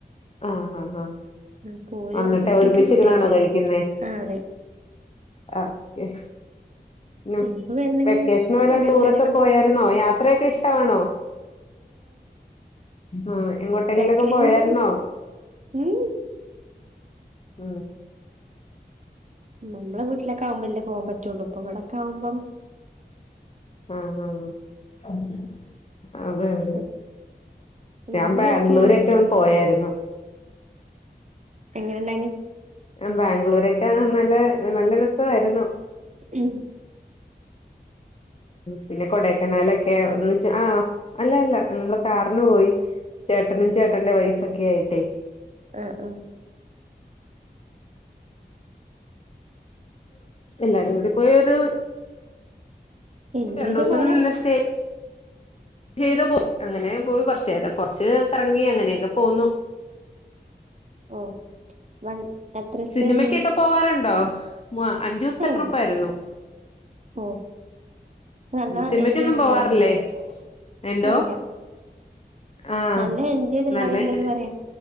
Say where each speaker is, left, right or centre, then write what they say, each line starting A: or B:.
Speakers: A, on the left; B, on the right.
A: ആ ഹ ഹ
B: ആ, അപ്പൊ ഓര്
A: വന്നിട്ട്
B: വന്നിട്ടൊക്കെ
A: ഒരുമിച്ച്
B: ഫുഡായിക്കോളും
A: ഇരുന്നാണോ കഴിക്കിന്നേ
B: ആ അതെ
A: ആ കേ ഇന്ന
B: ഉമ്മ വരണെങ്കിൽ
A: വെക്കേഷന് വല്ല
B: രണ്ടെണ്ണൊക്കെ
A: ടൂർ ഒക്കെ പോയാരുന്നോ യാത്രയൊക്ക ഇഷ്ടവാണോ <unintelligible>
B: പാക്കേജ്
A: പോയാരുന്നോ
B: ഉവറെ ഊ
A: ആ
B: നമ്മടെ വീട്ടിലൊക്കാവുംമ്പല്ലേ പോവാൻ പറ്റൂള്ളൂ അവിടൊക്കാവുമ്പം
A: ആഹ് ആഹ് ആഹ് അതെ അതെ
B: ഉം
A: ഞാൻ
B: നിങ്ങള്
A: ബാംഗ്ലൂരൊക്കെന്ന്
B: എവിടേക്കേലും പോയിനോ
A: പോയാരുന്നു
B: എങ്ങനെണ്ടായിനു
A: ഞാൻ ബാംഗ്ലൂരേ അഹ് നല്ല നല്ലരസവായിരുന്നു
B: ഉം
A: പിന്നെ കോടേക്കനാലൊക്കെ ഒന്ന് ചാ ആഹ് അല്ലല്ല നമ്മളെ കാറിനു പോയി ചേട്ടനും ചേട്ടന്റെ വൈഫും ട്ടേ
B: ആഹ് ആഹ്
A: എല്ലാരും കൂടി പോയൊരു
B: എൻജോയ്
A: രണ്ടുസം
B: ചെയ്ത് പോരാ
A: നിന്ന് സ്റ്റേ ഏതു പോ അങ്ങനേം പോയി കുറച്ചുനേരം കുറച്ച് കറങ്ങി അങ്ങനെയൊക്കെ പോന്നു
B: ഓഹ് വൺ എത്ര ദിവസത്തെ
A: സിനിമയ്‌ക്കൊക്കെ
B: നിന്നു
A: പോവാറുണ്ടോ മ അഞ്ചുസ്ത്ത
B: ഏ
A: ട്രിപ്പാരുന്നു
B: ഇല്ല ഓ നല്ല
A: സിനിമയ്ക്കൊന്നും
B: എൻജോയ് ചെയ്തിണ്ടാവല്ലോല്ലേ
A: പോവാറില്ലേ എന്തോ
B: ഏ ഇല്ല
A: ആ
B: നല്ല എൻജോയ് ചെയ്തിണ്ടാവല്ലോന്ന്
A: നല്ലത്
B: പറയാ